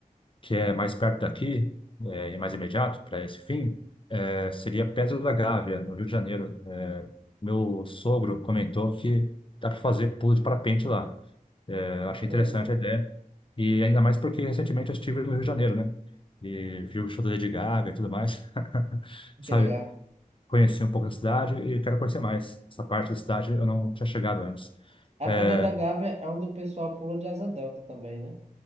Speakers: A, on the left; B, on the right.
A: que é mais perto daqui, é, e mais imediato para esse fim, é, seria Pedra da Gávea, no Rio de Janeiro. É, meu sogro comentou que dá para fazer pulo de parapente lá. É, eu achei
B: Muito
A: interessante
B: legal.
A: a ideia. E ainda mais porque recentemente eu estive no Rio de Janeiro, né? E vi o show da Lady Gaga e tudo mais. <laughs> Sabe?
B: Que legal.
A: Conheci um pouco da cidade e quero conhecer mais. Essa parte da cidade eu não tinha chegado antes.
B: A
A: É,
B: Pedra da Gávea é onde o pessoal pula de asa delta também, né?